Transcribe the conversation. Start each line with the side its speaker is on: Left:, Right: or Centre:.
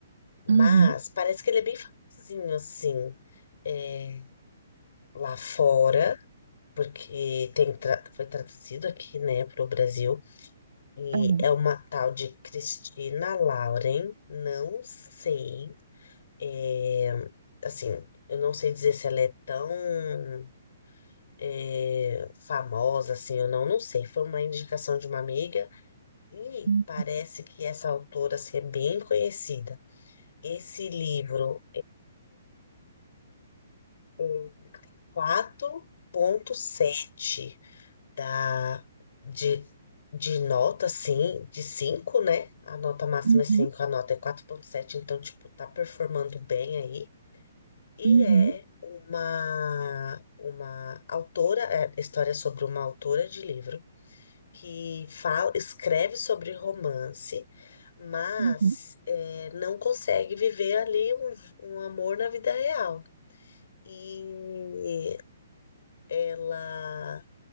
Left: Mas
Right: Uhum,
Left: parece que ele é bem famosinho, assim, é, lá fora, porque tem tra- foi traduzido aqui, né, pro Brasil. E
Right: uhum,
Left: é uma tal de Cristina Lauren, não sei, é, assim, eu não sei dizer se ela é tão é, famosa assim ou não, não sei. Foi uma indicação de uma amiga e
Right: uhum,
Left: parece que essa autora assim, é bem conhecida. Esse livro é quatro ponto sete da, de, de nota, assim, de cinco né? A nota máxima
Right: uhum,
Left: é cinco a nota é quatro vírgula sete então, tipo, tá performando bem aí. E
Right: uhum,
Left: é uma, uma autora, é história sobre uma autora de livro que fala, escreve sobre romance, mas
Right: uhum.
Left: é, não consegue viver ali um, um amor na vida real. E ela